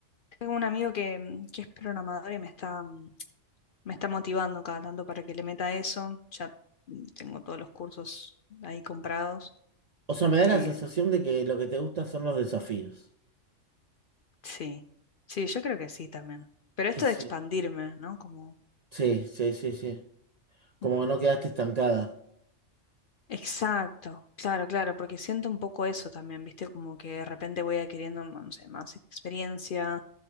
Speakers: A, on the left; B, on the right.
A: tengo un amigo que, mm, que es programador y me está, mm, me está motivando cada tanto para que le meta eso. Ya mm, tengo todos los cursos ahí comprados.
B: O sea, me
A: Eh,
B: da la sensación de que lo que te gusta son los desafíos.
A: sí, sí, yo creo que sí también. Pero
B: Que
A: esto
B: sí,
A: de expandirme, ¿no? Como...
B: sí, sí, sí, sí. Como
A: mm,
B: que no quedaste estancada.
A: Exacto, claro, claro, porque siento un poco eso también, ¿viste? Como que de repente voy adquiriendo, no no sé, más experiencia